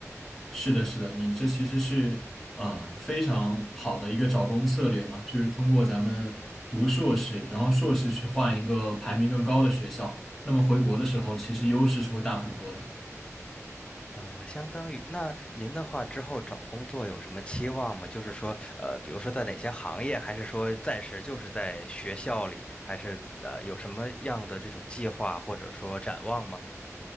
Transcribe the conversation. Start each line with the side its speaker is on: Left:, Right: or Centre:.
Centre: 是的，是的，你这其实是呃非常好的一个找工策略嘛，就是通过咱们读硕士，然后硕士去换一个排名更高的学校，那么回国的时候其实优势是会大很多的。
Left: 啊，相当于那您的话之后找工作有什么期望吗？就是说，呃，比如说在哪些行业，还是说暂时就是在学校里，还是呃有什么样的这种计划或者说展望吗